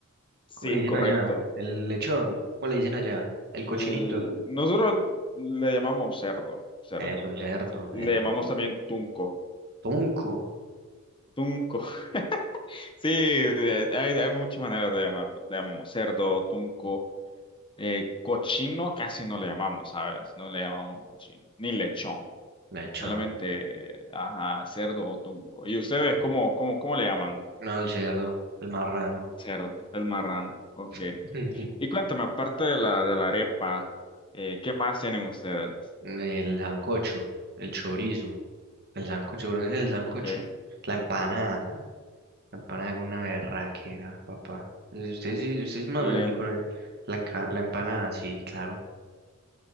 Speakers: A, on the left; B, on the right.
A: sí,
B: ¿Cómo le dicen
A: correcto.
B: allá? El lechón. ¿Cómo le dicen allá?
A: Eh,
B: El cochinito.
A: L- Nosotros le llamamos cerdo, cerdo.
B: Eso, el cerdo.
A: Le
B: Eso.
A: llamamos también tunco.
B: Tunco.
A: Tunco. <laughs> Sí, eh, hay, hay muchas maneras de llamarlo. Le llamamos cerdo, tunco. Eh, cochino casi no le llamamos, ¿sabes? No le llamamos cochino, ni lechón.
B: Lechón.
A: Solamente, ajá, cerdo o tunco. ¿Y ustedes cómo, cómo, cómo le llaman?
B: No, el cerdo. El marrano.
A: Cerdo, el marrán. Ok.
B: <laughs>
A: Y cuéntame, aparte de la, de la arepa, eh, ¿qué más tienen ustedes?
B: El sancocho. El chorizo. El sancocho. no es el sancocho.
A: Ok.
B: La empanada. La empanada con una berraquera, papá. Usted sí, ustedes sí más o menos
A: La,
B: sí
A: em-
B: conoce la, enca- la empanada, sí, claro.